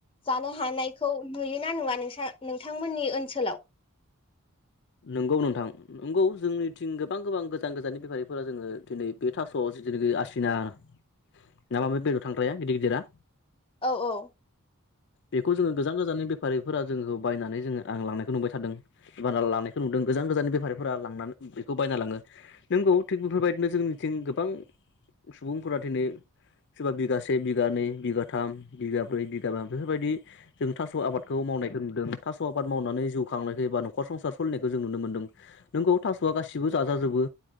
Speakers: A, on the left; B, on the left.
A: जानो हानायखौ नुयोना नुवा नोंसा-नों-नोंथांमोननि ओनसोलाव?
B: नंगौ नोंथां नंगौ जोंनिथिं गोबां गोबां गोजान गोजाननि बेफारिफोरा जोङो दिनै बे थास' जितुनिखि आसिना ना माबा बेदर थांग्राया गिदिर गिदिरा?
A: औ औ
B: बेखौ जोङो गोजान गोजाननि बेफारिफोरा जोंखौ बायनानै जोङो आं लांनायखौ बुंबाय थादों एबा लानाय नुदों गोजान गोजाननि बेफारिफोरा लांनानै बेखौ बायना लाङो नंगौ थिग बेफोरबायदिनो जोंनिथिं गोबां सुबुंफोरा दिनै सोरबा बिगासे बिगानैै बिगाथाम बिगा ब्रै बिगाा बेफोरबायदि जों थास आबादखौ मावनायखौ नुदों थास' आबाद मावनानै जिउ खांनायखौ एबा न'खर संसार सलिनायखौ जों नुनो मोनदों नोंगौ थास'आ गासिबो जाजाजोबो